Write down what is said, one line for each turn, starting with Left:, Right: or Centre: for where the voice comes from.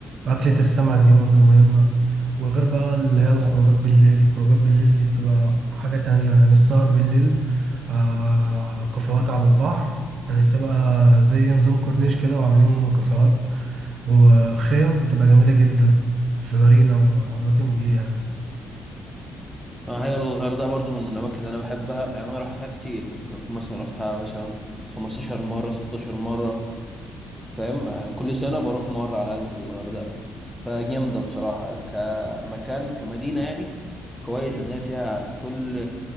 Right: واكلة السمك دي برضه مهمة وغير بقى اللي هي الخروجات بالليل الخروجات بالليل دي بتبقى حاجة تانية يعني السهر بالليل آه كافيهات على البحر يعني بتبقى زي نظام كورنيش كده وعاملين كافيهات وخيم بتبقى جميلة جدا في مارينا وأماكن دي يعني
Centre: ما هي الغردقه برضو من الاماكن اللي انا بحبها يعني انا رحتها كتير ممكن اكون مثلا رحتها مثلا 15 مره 16 مره فاهم آه، كل سنه بروح مره على الاقل في الغردقه فجامدة بصراحة كمكان كمدينة يعني كويس إن هي فيها كل